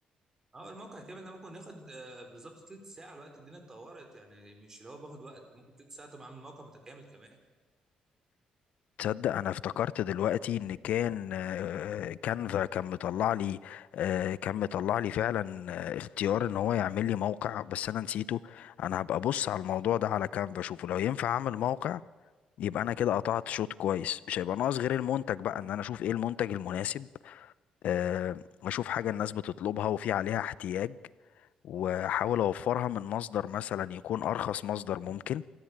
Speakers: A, on the right; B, on the left.
A: اه الموقع كامل ده ممكن ياخد آه، بالظبط تلت ساعه الوقت الدنيا اتطورت يعني مش اللي هو باخد وقت ممكن تلت ساعه تبقى عامل موقع متكامل كمان
B: تصدق انا افتكرت دلوقتي ان كان آه، كانفا كان مطلع لي آه، كان مطلع لي فعلا آه، اختيار ان هو يعمل لي موقع بس انا نسيته انا هبقى ابص على الموضوع ده على كانفا اشوفه لو ينفع اعمل موقع يبقى انا كده قطعت شوط كويس مش هيبقى ناقص غير المنتج بقى ان انا اشوف ايه المنتج المناسب آه، واشوف حاجة الناس بتطلبها وفي عليها احتياج واحاول اوفرها من مصدر مثلا يكون ارخص مصدر ممكن